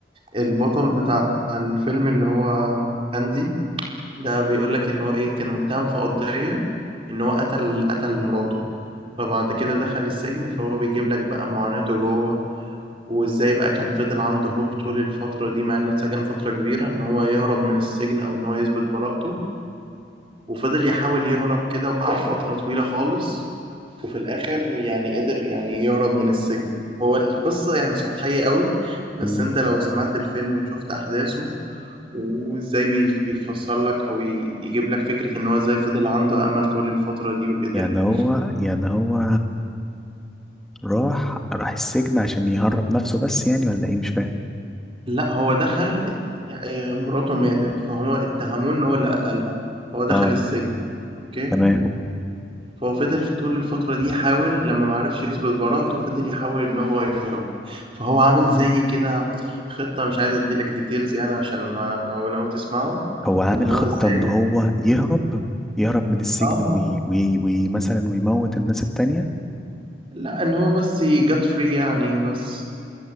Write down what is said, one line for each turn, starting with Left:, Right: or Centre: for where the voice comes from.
Right: البطل بتاع الفيلم اللي هو اندي ده بيقول لك ان هو ايه كان متهم في قضية ان هو قتل قتل مراته فبعد كده دخل السجن فهو بيجيب لك بقى معاناته جوه وازاي بقى كان فضل عنده هوب طول الفترة دي مع انه اتسجن فترة كبيرة ان هو يهرب من السجن او ان هو يثبت براءته وفضل يحاول يهرب كده وقعد فترة طويلة خالص وفي الاخر يعني قدر يعني يهرب من السجن هو القصة يعني سطحية قوي بس
Centre: مم.
Right: انت لو سمعت الفيلم وشفت احداثه وازاي بيف- بيفسر لك او ي- يجيب لك فكرة ان هو ازاي فضل عنده امل طول الفترة دي وقدر
Centre: يعني هو يعني هو راح راح السجن عشان يهرب نفسه بس يعني ولا ايه مش فاهم
Right: لا هو دخل ات... يعني مراته ماتت فهو اتهموه ان هو اللي قتلها فهو دخل
Centre: اه
Right: السجن اوكي
Centre: تمام
Right: فهو فضل في طول الفترة دي يحاول لما معرفش يثبت براءته فضل يحاول ان هو يهرب فهو عامل زي كده خطة مش عايز اديلك ديتيلز يعني عشان ما لو ناوي تسمعه
Centre: هو عامل
Right: ان هو
Centre: خطة
Right: ازاي
Centre: ان هو يهرب يهرب من السجن
Right: اه
Centre: وي وي وي مثلا ويموت الناس التانية
Right: لا ان هو بس جت فري يعني بس